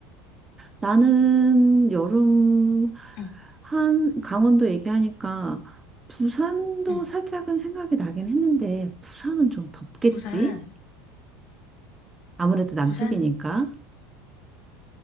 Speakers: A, on the right (about 20°); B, on the left (about 60°).
A: 나는 여름
B: 응,
A: 한 강원도 얘기하니까 부산도
B: 응.
A: 살짝은 생각이 나긴 했는데 부산은 좀 덥겠지?
B: 부산,
A: 아무래도 남쪽이니까.
B: 부산.